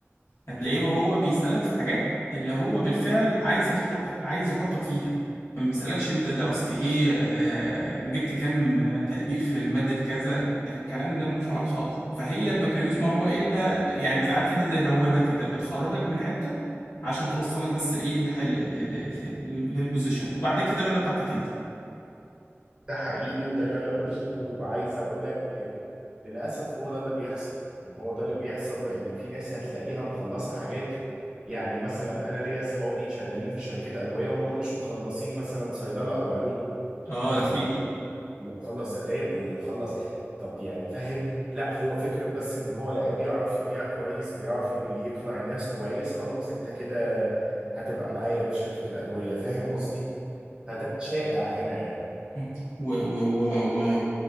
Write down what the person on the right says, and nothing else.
ده حقيقي وده اللي انا قلته وعايز اقول لك للاسف هو ده اللي بيحصل يعني هو ده اللي بيحصل لان في ناس هتلاقيها مخلصه حاجات يعني مثلا انا ليا اصحابي شغالين في شركات ادويه وهم مش مخلصين مثلا صيدله او علوم
مخلص
اللي مخلص اداب واللي مخلص طب يعني فاهم لا هو فكره بس ان هو لقاه بيعرف يبيع كويس بيعرف ي- يقنع الناس كويس خلاص انت كده هتبقى معايا في شركه الادويه فاهم قصدي فده شائع هنا يعني